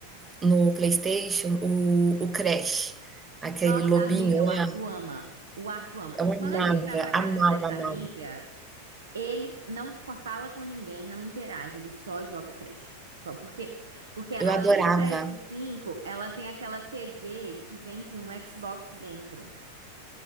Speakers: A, on the right; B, on the right.
A: no PlayStation o o Crash, aquele
B: nossa
A: lobinho
B: amiga, o Arthur
A: lá,
B: ama. O Arthur ama.
A: eu amava,
B: Quando a gente vai pra casa
A: amava,
B: dessa
A: amava,
B: amiga, Ele não fala com ninguém, não interage, ele só joga Crash. Só porque, porque além
A: eu adorava.
B: do ps cinco, ela tem aquela TV que vem com um Xbox dentro.